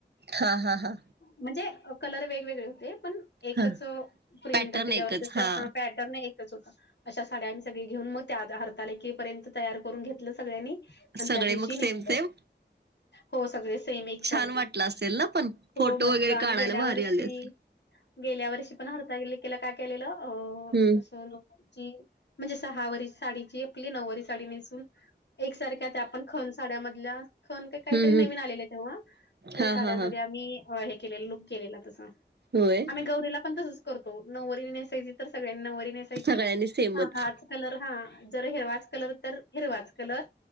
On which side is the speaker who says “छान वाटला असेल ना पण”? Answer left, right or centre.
Right